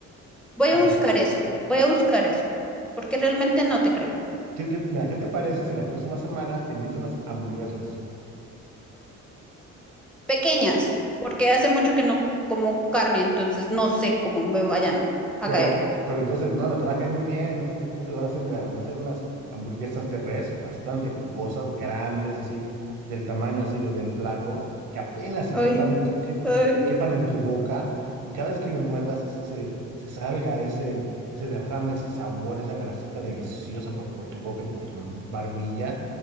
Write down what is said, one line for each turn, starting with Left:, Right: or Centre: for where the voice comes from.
Centre: Voy
Right: A
Centre: a buscar
Right: ver,
Centre: eso, voy a buscar eso, porque realmente no te creo.
Right: ¿qué, qué- mira, ¿qué te parece si la próxima semana te invito a unas hamburguesas?
Centre: Pequeñas, porque hace mucho que no como carne, entonces no sé cómo me vayan a
Right: Pero,
Centre: caer.
Right: pero entonces, no, no te va a caer muy bien, no te preocupes, van a ser, mira, va a ser unas hamburguesas de res bastante jugosas, grandes, así, del tamaño así de, del plato, que apenas y
Centre: Ay,
Right: quepan en tu, que- que-
Centre: ay.
Right: quepan en tu boca, y cada vez que le muerdas se, se- se salga ese, ese derrame, ese sabor, esa grasita deliciosa por, por tu boca y por tu barbilla,